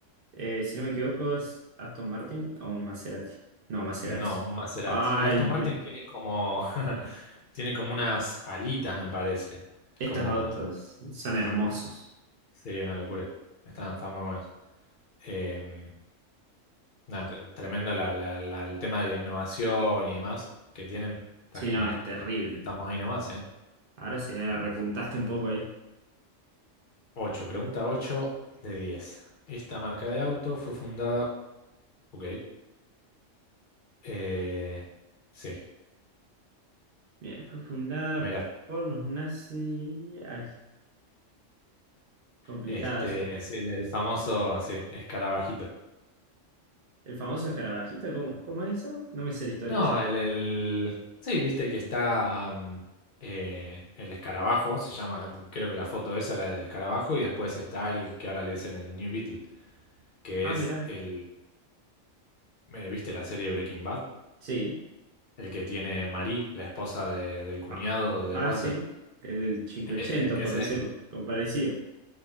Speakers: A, on the right; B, on the left.
A: Eh, si no me equivoco, ¿es Aston Martin o un Maserati? No, Maserati.
B: No, un Maserati.
A: Ay,
B: El Aston Martin tiene como, <laughs> tiene como unas alitas, me parece. Es
A: estos
B: como,
A: autos son hermosos.
B: sí, una locura. Están, están muy buenos. Em, nada, tre- tremendo la- la- la- el tema de la innovación y demás que tienen. Está
A: Sí,
B: genial.
A: no, es terrible.
B: Estamos ahí nomás, ¿eh?
A: Ahora sí, ahora repuntaste un poco ahí.
B: 8, pregunta ocho de diez. Esta marca de auto fue fundada, ok, eh, sí.
A: Bien, fue fundada
B: Mira.
A: por los nazis. Ay, complicada
B: Este,
A: esa.
B: es el, el famoso, sí, escarabajito.
A: El famoso escarabajito, ¿cómo, cómo es eso? No me sé la historia
B: No,
A: esa.
B: el, el- Sí, viste que está mm, eh, el escarabajo, se llama, creo que la foto esa era del escarabajo, y después está el que ahora le dicen el New Beetle, que
A: Ah,
B: es
A: mirá.
B: el, eh, viste la serie Breaking Bad,
A: Sí.
B: el que tiene Marie, la esposa de- del cuñado
A: Ah,
B: de
A: ah,
B: Walter.
A: sí. El 580,
B: E- e-
A: por
B: ese,
A: decirlo. Con parecido.